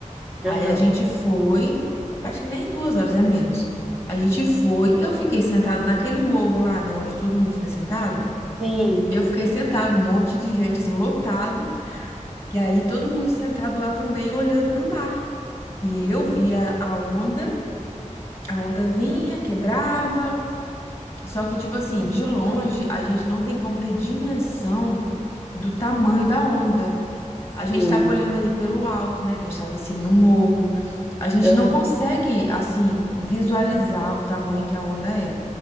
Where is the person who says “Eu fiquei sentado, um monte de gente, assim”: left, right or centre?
Left